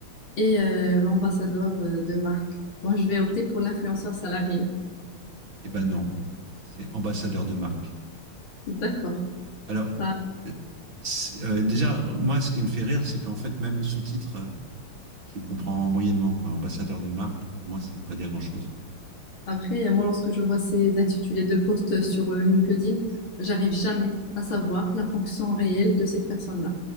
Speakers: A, on the left; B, on the right.
A: et euh, l'ambassadeur euh, de marque. Moi, je vais opter pour l'influenceur salarié.
B: Eh ben non, c'est ambassadeur de marque.
A: D'accord.
B: Alors,
A: Ça,
B: euh, c'est- euh, déjà, moi, ce qui me fait rire, c'est qu'en fait, même le sous-titre, euh, je le comprends moyennement, quoi. Ambassadeur de marque, pour moi, ça veut pas dire grand-chose.
A: Après, moi, lorsque je vois ces intitulés de postes sur euh, LinkedIn, j'arrive jamais à savoir la fonction réelle de cette personne-là.